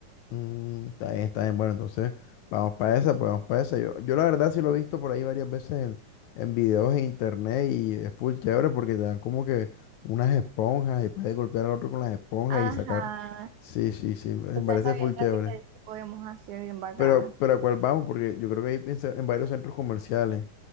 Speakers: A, on the left; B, on the right.
A: Mm, está bien, está bien. Bueno, entonces, vamos para esa, pues vamos para esa. Yo, yo la verdad sí lo he visto por ahí varias veces en, en videos en internet y es full chévere porque te dan como que unas esponjas y puedes golpear al otro con las esponjas
B: Ajá,
A: y sacar. Sí, sí, sí, me
B: esa
A: parece
B: es la
A: full
B: guerra
A: chévere.
B: que te dije que podíamos hacer bien bacana.
A: Pero, pero ¿a cuál vamos? Porque yo creo que hay en, ce- en varios centros comerciales.